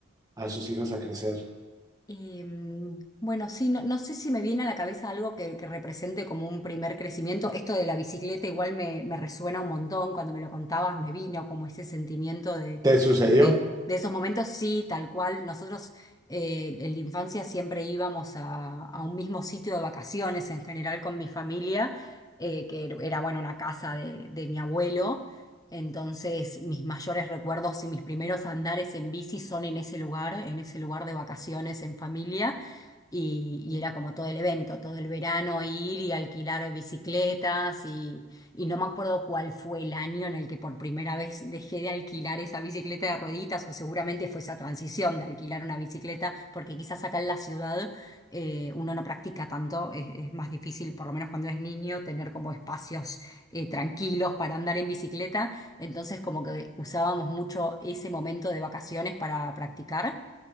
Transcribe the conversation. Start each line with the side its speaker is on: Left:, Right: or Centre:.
Right: a sus hijos a crecer.
Left: Em, bueno, sí, no, no sé si me viene a la cabeza algo que, que represente como un primer crecimiento. Esto de la bicicleta igual me, me resuena un montón. Cuando me lo contabas me vino como ese sentimiento de,
Right: ¿Te sucedió?
Left: de, de esos momentos, sí, tal cual. Nosotros eh, en la infancia siempre íbamos a, a un mismo sitio de vacaciones en general con mi familia, eh, que era, bueno, una casa de, de mi abuelo. Entonces, mis mayores recuerdos y mis primeros andares en bici son en ese lugar, en ese lugar de vacaciones en familia. Y, y era como todo el evento, todo el verano ir y alquilar bicicletas y, y no me acuerdo cuál fue el año en el que por primera vez dejé de alquilar esa bicicleta de rueditas o seguramente fue esa transición de alquilar una bicicleta porque quizás acá en la ciudad eh, uno no practica tanto, es, es más difícil, por lo menos cuando es niño, tener como espacios eh, tranquilos para andar en bicicleta. Entonces como que usábamos mucho ese momento de vacaciones para practicar